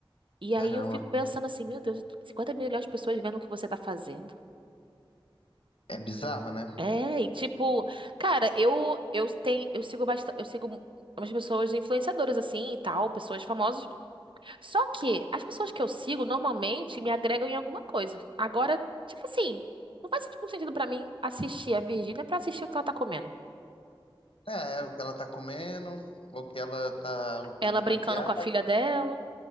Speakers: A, on the right; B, on the left.
A: E aí
B: Caramba,
A: eu fico pensando assim, meu Deus, 50 milhões de pessoas vendo o que você tá fazendo.
B: é bizarro, né?
A: É, e tipo, cara, eu eu tenho, eu sigo bastante, eu sigo umas pessoas influenciadoras assim e tal, pessoas famosas. Só que as pessoas que eu sigo normalmente me agregam em alguma coisa. Agora, tipo assim, não faz muito sentido pra mim assistir a Virgínia pra assistir o que ela tá comendo.
B: É, é o que ela tá comendo, o que ela tá usando
A: Ela
B: de
A: brincando
B: maquiagem,
A: com a filha dela.